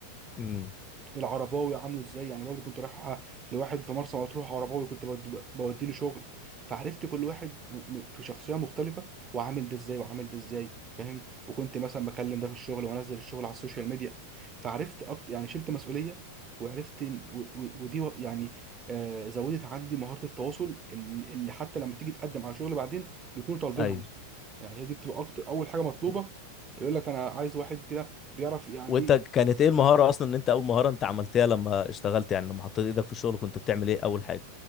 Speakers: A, on the left; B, on the right.
A: امم
B: العرباوي عامله ازاي يعني برضو كنت رايح لواحد في مرسى مطروح عرباوي كنت بودي له شغل فعرفت كل واحد م- م- في شخصيه مختلفه وعامل ده ازاي وعامل ده ازاي فاهم وكنت مثلا بكلم ده في الشغل وانزل الشغل على السوشيال ميديا فعرفت اكتر يعني شلت مسؤوليه وعرفت إن- و- و- ودي و- يعني آه، زودت عندي مهاره التواصل إن- اللي حتى لما تيجي تقدم على شغل بعدين بيكونوا طالبينها
A: ايوه
B: أصلاً. يعني هي دي بتبقى اكتر اول حاجه مطلوبه
A: و-
B: يقول لك انا عايز واحد كده بيعرف يعني
A: وانت
B: إيه
A: كانت ايه المهاره اصلا ان انت اول مهاره انت عملتها لما اشتغلت يعني لما حطيت ايدك في الشغل كنت بتعمل ايه اول حاجه